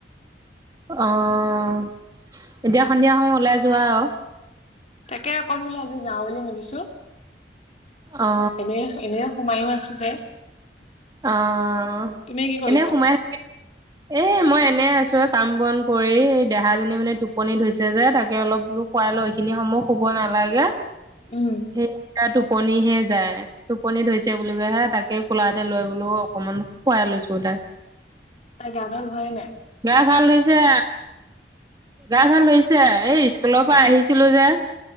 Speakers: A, on the right; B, on the left.
A: অ', এতিয়া সন্ধিয়া সময় ওলাই যোৱা আৰু।
B: তাকে অকন বোলে আজি যাওঁ বুলি ভাবিছোঁ।
A: অ
B: এনে এনে সোমায়ো আছোঁ যে।
A: অ',
B: তুমি কি কৰিছা
A: এনে সোমাই থাকি <unintelligible> এ, মই এনে আছোঁ এ, কাম বন কৰি দেহাজনী মানে টোপনি ধৰিছে যে তাকে অলপ বোলো শুৱাই লওঁ এইখিনি সম শুব নালাগে।
B: উম।
A: সেইয়া টোপনিহে যায় টোপনি ধয়িছে বুলি কয় হে তাকে কোলাত তে লৈ বোলো অকমান শুৱাই লৈছো তাক।
B: তাই গা ভাল হোৱাই নাই।
A: গা ভাল হৈছে। গা ভাল হৈছে এই স্কুল' পা আহিছিলোঁ যে